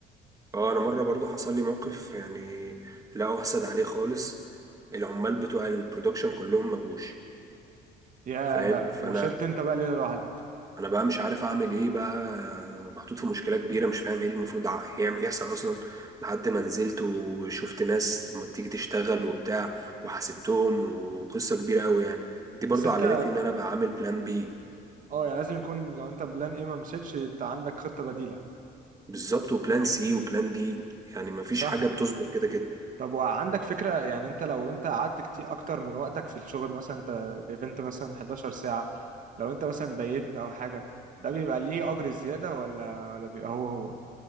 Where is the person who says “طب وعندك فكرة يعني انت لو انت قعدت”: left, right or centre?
Right